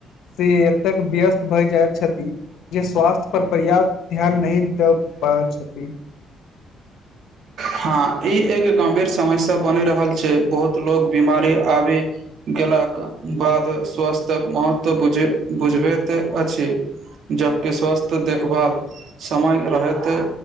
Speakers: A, on the left (about 75°); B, on the right (about 70°).
A: से एतेक व्यस्त भए जाइत छथि जे स्वास्थ्य पर पर्याप्त ध्यान नहि द पबैत छथि
B: हां ई एक गंभीर समस्या बनि रहल छैक बहुत लोग बीमारी आबि केलाक बाद स्वास्थक महत्त्व बुझैत अछि जबकि स्वास्थ देखभाल समय रहिते